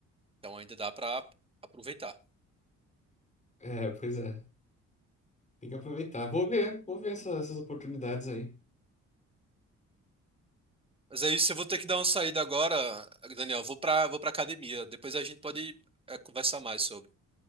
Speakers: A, on the right; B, on the left.
A: Então ainda dá para aproveitar.
B: É, pois é. Tem que aproveitar. Vou ver, vou ver essa- essas oportunidades aí.
A: Mas é isso, eu vou ter que dar uma saída agora, Daniel. Vou pra, vou pra academia. Depois a gente pode, é, conversar mais sobre.